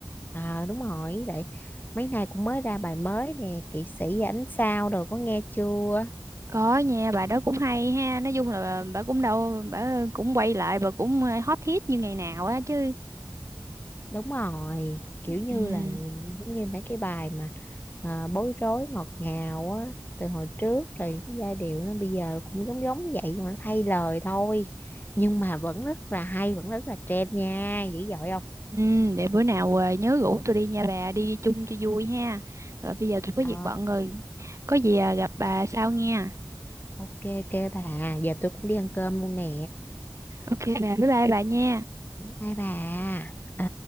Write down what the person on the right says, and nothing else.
Có nha, bà đó cũng hay ha. Nói chung là bà, cũng đâu, bà cũng quay lại, bà cũng ờ, hot hit như ngày nào á chứ.
Ừ,
ừ, để bữa nào ờ, nhớ rủ tôi đi nha bà, đi chung cho vui ha. Rồi bây giờ tôi có
việc bận rồi. Có gì ờ, gặp bà sau nha.
Ok bà, bye bye bà nha.